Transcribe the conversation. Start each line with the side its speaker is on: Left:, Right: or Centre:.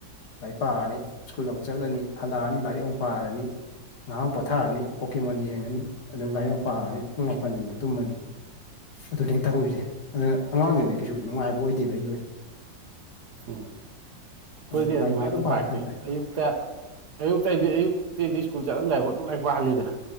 Left: ꯂꯥꯏꯔꯤꯛ ꯄꯥꯔꯅꯤ ꯁ꯭ꯀꯨꯜ ꯑꯃꯨꯛ ꯆꯠꯂꯅꯤ ꯍꯜꯂꯛꯑꯅꯤ ꯂꯥꯏꯔꯤꯛ ꯑꯃꯨꯛ ꯄꯥꯔꯅꯤ ꯉꯥꯏꯍꯥꯡ ꯑꯃꯨꯛ ꯄꯣꯊꯥꯔꯅꯤ ꯄꯣꯛꯀꯤꯃꯣꯟ ꯌꯦꯡꯉꯅꯤ ꯑꯗꯨꯝ ꯂꯥꯏꯔꯤꯛ ꯃꯨꯛ ꯄꯥꯔꯅꯤ ꯄꯨꯡ ꯃꯥꯄꯟꯗ ꯇꯨꯝꯃꯅꯤ ꯑꯗꯨꯅꯦ ꯇꯧꯔꯤꯁꯦ ꯑꯗꯨꯅ ꯑꯉꯥꯡꯑꯣꯏꯉꯩꯗꯗꯤ ꯀꯩꯁꯨ ꯅꯨꯡꯉꯥꯏꯕ ꯑꯣꯏꯗꯦꯕ ꯑꯩꯒꯤ ꯑꯣꯏꯅ
Right: ꯎꯝ ꯍꯣꯏꯗꯤ
Left: ꯑꯗꯨꯝ ꯂꯥꯏꯔꯤꯛ
Right: ꯑꯗꯨꯃꯥꯏꯅꯗꯤ
Left: ꯑꯗꯨꯝ ꯄꯥꯔ
Right: ꯄꯥꯛꯇꯦ
Left: ꯊꯝꯕ
Right: ꯑꯌꯨꯛꯇꯌ ꯑꯇꯩꯗꯤ ꯑꯌꯨꯛꯇꯇꯩꯗꯤ ꯁꯀꯜ ꯆꯠꯂꯝꯗꯥꯏꯕꯣ ꯑꯗꯨ ꯂꯥꯏ ꯄꯍꯜꯂꯤꯗꯅ